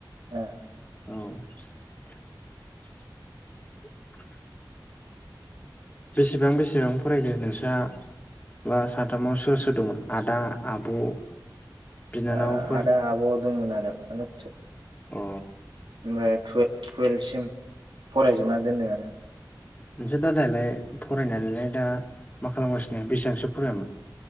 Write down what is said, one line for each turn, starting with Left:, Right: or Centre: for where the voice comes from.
Right: ओ
Left: औ बेसेबां बेसेबां फरायदो नोंसा बा साथामाव सोर सोर दंमोन आदा आब'? बिनानावफोर
Right: आ आदा आब' दंमोन आरो माने
Left: अ
Right: ओमफाय टुवे-टुवेल्भसिम फरायजोबना दोनदों आरो।
Left: नोंसा दादायालाय फरायनानैलाय दा मा खालामगासिनो बेसिबांसो फरायामोन?